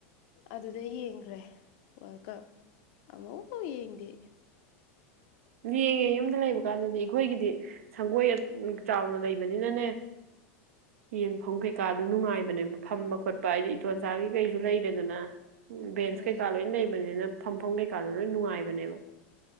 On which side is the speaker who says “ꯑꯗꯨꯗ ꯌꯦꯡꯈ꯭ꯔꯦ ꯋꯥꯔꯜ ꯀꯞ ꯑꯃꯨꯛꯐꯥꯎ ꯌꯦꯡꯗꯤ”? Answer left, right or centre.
Left